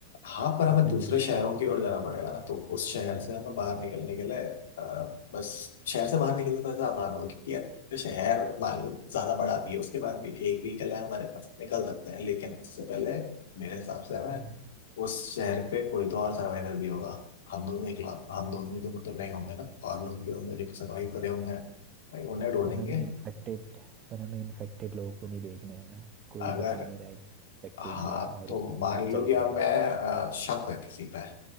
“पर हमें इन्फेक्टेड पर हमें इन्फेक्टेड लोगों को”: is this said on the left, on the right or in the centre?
Right